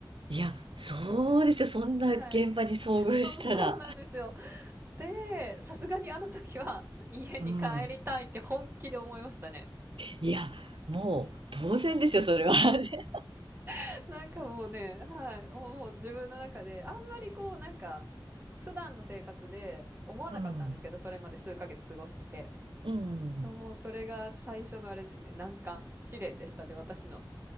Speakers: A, on the right; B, on the right.
A: いや、そうですよ。そんな現場に遭遇したら。
B: はい。<laughs> そう、そうなんですよ。で、さすがにあの時は家に帰りたいって本気で思いましたね。
A: うん。いや、もう当然ですよ、それは。<laughs>
B: <laughs> なんかもうね、はい、もう自分の中で、あんまりこう、なんか、普段の生活で思わなかったんですけど、
A: うん。
B: それまで数ヶ月過ごして。
A: うん。
B: でももうそれが最初のあれですね、難関、試練でしたね、私の。